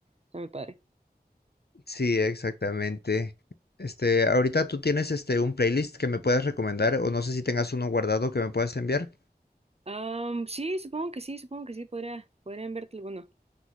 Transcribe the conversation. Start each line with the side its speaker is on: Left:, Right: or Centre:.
Right: está muy padre.
Left: Sí, exactamente. Este, ahorita tú tienes este un playlist que me puedas recomendar, o no sé si tengas uno guardado que me puedas enviar.
Right: Am, sí, supongo que sí, supongo que sí, podría, podrían verte alguno.